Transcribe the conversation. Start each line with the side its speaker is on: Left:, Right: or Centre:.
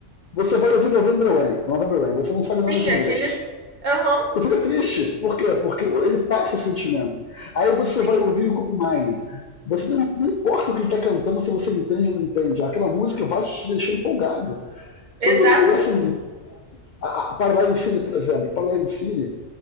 Left: você vai ouvir November Rain, November Rain, você não sabe nada
Right: Sim,
Left: de inglês.
Right: aqueles. Aham,
Left: Tu fica triste. Por quê? Porque ele passa o sentimento. Aí você
Right: sim,
Left: vai ouvir o Kobe Mine. Você não, não, importa o que ele está cantando, se você entende ou não entende. Aquela música vai te deixar empolgado.
Right: exato.
Left: E, e assim, a, a Paradise City, por exemplo, Paradise City,